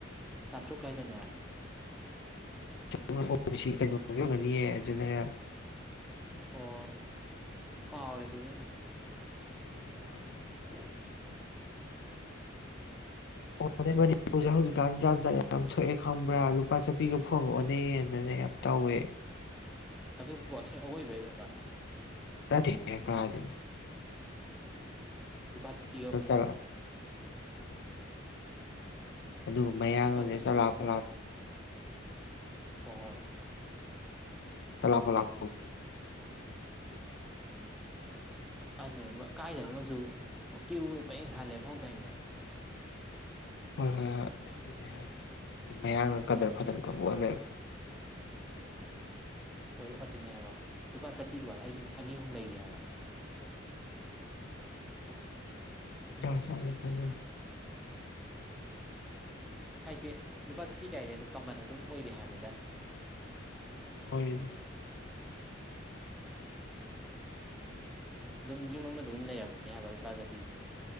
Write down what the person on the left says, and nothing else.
ꯍꯣꯏꯣꯡꯁꯤ ꯀꯩꯅꯣꯒꯤ ꯑꯣꯏꯒꯅꯤꯌꯦ ꯖꯦꯅꯦꯔꯦꯜ
ꯎꯝ ꯋꯥꯔꯦ ꯋꯥ
ꯍꯅꯦ ꯃꯅꯤꯄꯨꯔꯁꯦ ꯍꯧꯖꯤꯛꯀꯥꯟ ꯖꯠ ꯖꯥ ꯌꯥꯝ ꯊꯣꯛꯑꯦ ꯈꯪꯕ꯭ꯔꯥ ꯂꯨꯄꯥ ꯆꯥꯄꯤꯒ ꯐꯣꯟꯒ ꯑꯣꯟꯅꯩꯌꯦꯅꯅꯦ ꯍꯦꯞ ꯇꯧꯋꯦ
ꯅꯇꯦ ꯍꯦ ꯀꯔꯥꯏꯗꯒꯤꯅꯣ
ꯆꯠꯂ ꯎꯝ ꯑꯗꯨꯒ ꯃꯌꯥꯡꯅꯅꯦ
ꯆꯂꯥ
ꯄꯂꯥ
ꯆꯂꯞꯄ ꯂꯞ
ꯍꯣꯏ ꯍꯣꯏ ꯍꯣꯏ ꯑꯗꯨꯗꯤ ꯍꯥꯏꯁ ꯑꯗꯨꯝ ꯃꯌꯥꯡꯅ ꯀꯗꯔ ꯐꯗꯔ ꯇꯧꯕ ꯑꯣ ꯂꯩ
ꯂ ꯆꯂꯦ ꯊꯪꯒ
ꯑꯣꯏꯔꯤ